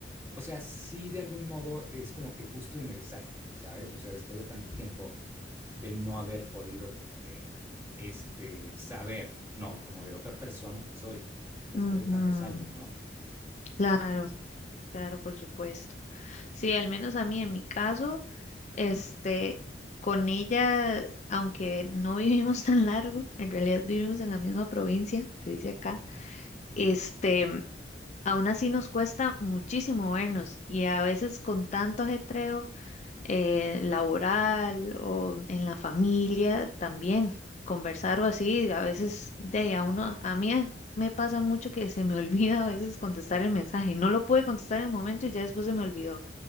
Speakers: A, on the right (about 15°); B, on the left (about 40°).
A: o sea, sí de algún modo es como que justo y necesario, ¿sabes? O sea, después de tanto tiempo de no haber podido como que, este, saber, ¿no? Como de la otra persona, pues, oye, después
B: ujú.
A: de tantos años, ¿no?
B: Claro, claro, por supuesto. Sí, al menos a mí en mi caso, este, con ella, aunque no vivimos <laughs> tan largo, en realidad vivimos en la misma provincia, se dice acá,
A: Ujú,
B: este, aún así nos cuesta muchísimo vernos y a veces con tanto ajetreo. eh, laboral o en la familia también. Conversar
A: ujú,
B: o así, a veces de ahí a uno, a mí eh, me pasa mucho que se me <laughs> olvida a veces contestar el mensaje. No lo pude contestar en el momento y ya después se me olvidó.